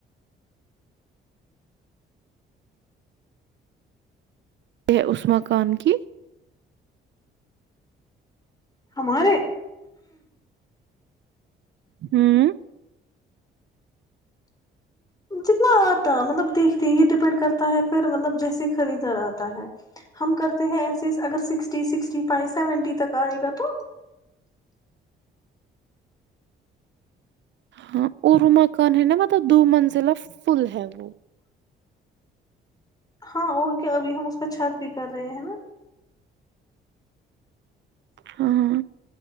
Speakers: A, on the right (about 65°); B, on the left (about 20°).
A: کہ اس مکان کی
B: ہمارے
A: ہوں
B: جتنا آتا مطلب دیکھتے ہیں یہ ڈیپینڈ کرتا ہے پھر مطلب جیسے خریدار آتا ہے ہم کرتے ہیں ایسے اگر سکسٹی سکسٹی فائیو سیونٹی تک آئے گا تو
A: ہاں ارو مکان ہے نا مطلب دو منزلہ فل ہے وہ
B: ہاں اور کیا ابھی ہم اس کا چھت بھی کر رہے ہیں نا
A: ہاں